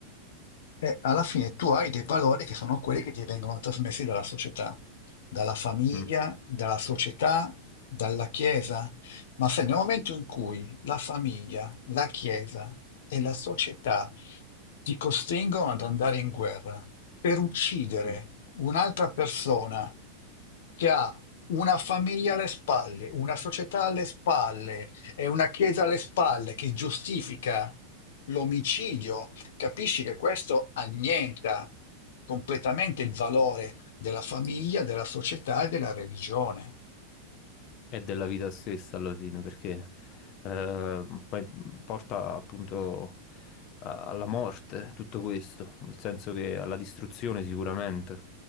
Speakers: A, on the left (about 75°); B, on the left (about 45°).
A: E alla fine tu hai dei valori che sono quelli che ti vengono trasmessi dalla società, dalla famiglia,
B: Mm.
A: dalla società, dalla Chiesa. Ma se nel momento in cui la famiglia, la Chiesa e la società ti costringono ad andare in guerra per uccidere
B: mm.
A: un'altra persona che ha una famiglia alle spalle, una società alle spalle e una Chiesa alle spalle che giustifica l'omicidio, capisci che questo annienta completamente il valore della famiglia, della società e della religione.
B: È della vita stessa alla fine, perché eh, poi porta appunto a- alla morte tutto questo, nel senso che alla distruzione sicuramente.